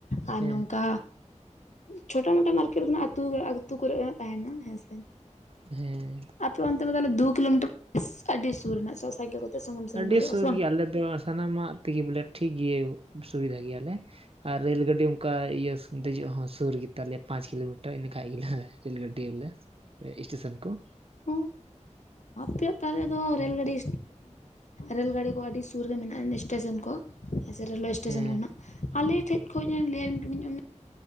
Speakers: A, on the left; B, on the right.
A: ᱟᱨ
B: ᱦᱮᱸ
A: ᱱᱚᱝᱠᱟ ᱪᱷᱳᱚᱴᱟ ᱢᱳᱚᱴᱟ ᱢᱟᱨᱠᱮᱴ ᱠᱟᱱᱟ ᱟᱹᱛᱩᱜᱮ ᱟᱹᱛᱩ ᱠᱚᱨᱮ ᱛᱟᱦᱮᱸᱱᱟ ᱦᱮᱸᱥᱮ᱾
B: ᱦᱮᱸ
A: ᱟᱯᱮ ᱚᱱᱛᱮ ᱢᱟ ᱛᱟᱦᱚᱞᱮ ᱫᱩ ᱟᱯᱮ ᱟᱯᱮ ᱚᱱᱛᱮ ᱠᱷᱚᱱ ᱫᱚ ᱠᱤᱞᱳᱢᱤᱴᱟᱨ ᱟᱹᱰᱤ ᱥᱩᱨ ᱨᱮᱱᱟᱜ ᱥᱮ ᱥᱟᱭᱠᱮᱞ ᱠᱚᱛᱮ ᱥᱚᱸᱜᱮᱢ ᱥᱮᱱ
B: ᱟᱹᱰᱤ
A: ᱜᱚᱫᱚᱜᱼᱟ
B: ᱥᱩᱨ
A: ᱥᱮ ᱵᱟᱝ
B: ᱜᱮᱭᱟ ᱟᱞᱮ ᱥᱟᱱᱟᱢᱟᱜ ᱛᱮᱜᱤ ᱵᱚᱞᱮ ᱴᱷᱤᱠ ᱜᱮ ᱥᱩᱵᱤᱫᱷᱟ ᱜᱮᱭᱟᱞᱮ᱾ ᱟᱨ ᱨᱮᱹᱞ ᱜᱟᱹᱰᱤ ᱚᱱᱠᱟ ᱤᱭᱟᱹ ᱫᱮᱡᱚᱜ ᱦᱚᱸ ᱥᱩᱨ ᱜᱮᱛᱟᱞᱮᱭᱟ ᱯᱟᱸᱪ ᱠᱤᱞᱳᱢᱤᱴᱟᱨ ᱤᱱᱟᱹᱠᱷᱟᱡ ᱜᱮᱞᱮ ᱨᱮᱞ ᱜᱟᱹᱰᱤ ᱨᱮᱞᱮ ᱮᱥᱴᱮᱥᱮᱱ ᱠᱚ
A: ᱦᱸ ᱟᱯᱮ ᱛᱟᱦᱞᱮ ᱫᱚ
B: ᱦᱮᱸ
A: ᱨᱮᱹᱞ ᱜᱟᱹᱰᱤ ᱨᱮᱹᱞ ᱜᱟᱹᱟᱹᱲᱤ ᱠᱚ ᱟᱹᱰᱤ ᱥᱩᱨ ᱨᱮ ᱢᱮᱱᱟᱜᱼᱟ ᱮᱥᱴᱮᱥᱚᱱ ᱠᱚ ᱦᱮᱸ ᱥᱮ ᱨᱮᱹᱞᱳᱣᱮ ᱮᱥᱴᱮᱥᱚᱱ
B: ᱦᱮᱸ
A: ᱠᱷᱚᱱᱟᱜ ᱟᱞᱮ ᱴᱷᱮᱡ ᱠᱷᱚᱱ ᱞᱟᱹᱭᱟᱵᱤᱱ ᱠᱟᱹᱱᱟᱹᱧ ᱚᱱᱟ